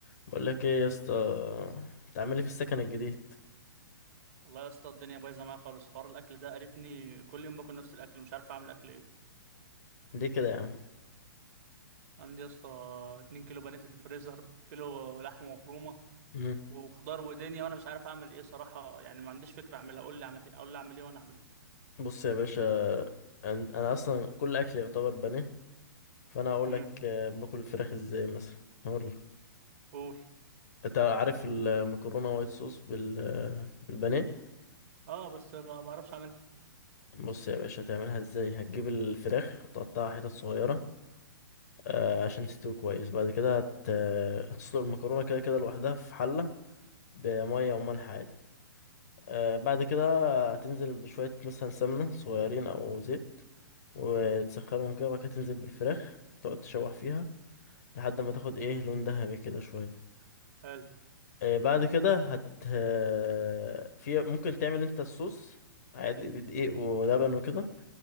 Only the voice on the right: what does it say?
والله يا اسطى الدنيا بايظه معايا خالص حوار الاكل ده قرفني كل يوم باكل نفس الاكل مش عارف اعمل اكل ايه
عندي يا اسطى 2 كيلو بانيه في الفريزر وكيلو لحمه مفرومه
وخضار ودنيا وانا مش عارف اعمل ايه صراحه يعني ما عنديش فكره اعملها قول لي اعمل ايه اقول لي اعمل ايه وانا اعمله
امم
قول
اه بس ما بعرفش اعملها
حلو